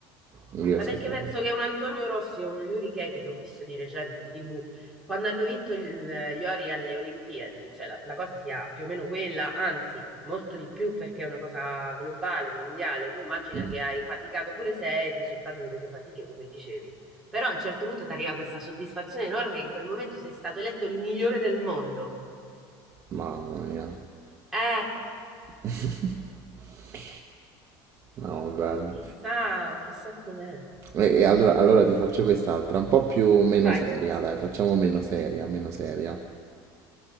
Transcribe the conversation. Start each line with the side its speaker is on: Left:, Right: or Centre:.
Right: Riesco
Centre: Ma perché
Right: a capire.
Centre: penso che un Antonio Rossi e uno Yuri Keke che ho visto di recente in TV, quando hanno vinto il- gli ori alle Olimpiadi, cioè la, la cosa sia più o meno quella, anzi, molto di più perché è una cosa globale, mondiale. Tu immagina
Right: Mhm.
Centre: che hai faticato pure se è il risultato delle tue fatiche, come dicevi. Però a un certo punto ti arriva questa soddisfazione enorme che in quel momento sei stato eletto il migliore del mondo.
Right: Mamma mia.
Centre: Eh,
Right: <laughs> No, bello.
Centre: chissà, chissà com'è.
Right: E, e allora, allora ti faccio quest'altra, un po' più meno
Centre: Vai.
Right: seria, dai, facciamo meno seria, meno seria.